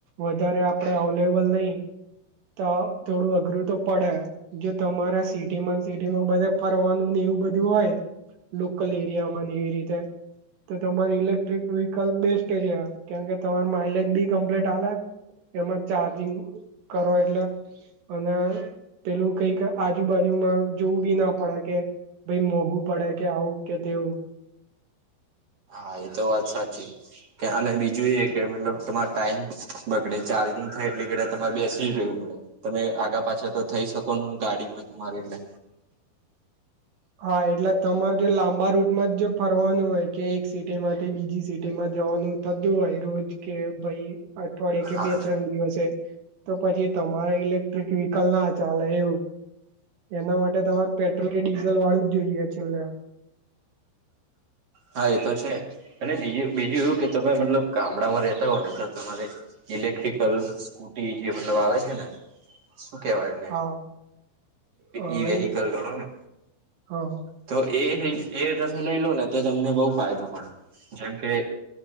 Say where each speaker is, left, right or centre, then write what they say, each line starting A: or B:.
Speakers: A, on the right; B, on the right.
A: વધારે આપડ અવેલેબલ નહી તો થોડું અઘરું તો પડે જો તમારા સિટીમાં સિટીમાં બધા ફરવાનું ને એવું બધું હોય લોકલ એરિયામાં ન એવી રીતે તો તમારી ઇલેક્ટ્રિક વ્હીકલ બેસ્ટ છે કેમ કે તમાર માઇલેજ બી કમ્પ્લીટ હાલે. એમાં ચાર્જિંગ કરો એટલે અને પેલુ કઈક આજુબાજુમાં જોવું બી ના પડે કે ભાઈ મોંઘું પડે કે આવું કે તેવું
B: હા એ તો વાત સાચી. કે અને બીજું એ કે મતલબ તમારે ટાઈમ બગડે ચાર્જિંગ થાય એટલી ઘડી તમારે બેસી જ રહેવું પડે. તમે આગા પાછા તો થઈ શકો ને ગાડી હોય તમારી એટલે
A: હા એટલે તમારે જો લાંબા રૂટમાં જ જો ફરવાનું હોય કે એક સિટી માંથી બીજી સિટી માં જવાનું થતો હોય રોજ કે ભાઈ અઠવાડિયે કે
B: હા
A: બે ત્રણ દિવસે તો પછી તમારે ઇલેક્ટ્રિક વ્હીકલ ના ચાલે એવું. એના માટે તમાર પેટ્રોલ કે ડીઝલ વાળું જ જોઈએ. છેલ્લે
B: હા એ તો છે અને બીજું બીજું એવું કે તમે મતલબ ગામડામાં રહેતા હોવ ને તો તમારે ઇલેક્ટ્રિકલ સ્કૂટી જે મતલબ આવે છે ને શું કેવાય
A: હા
B: એને
A: હા
B: ઈ વિહકલ
A: એ
B: ગણો ને
A: હા
B: તો એ એ તમે લઈ લો ને તો તમને બવ ફાયદો પડે જેમ કે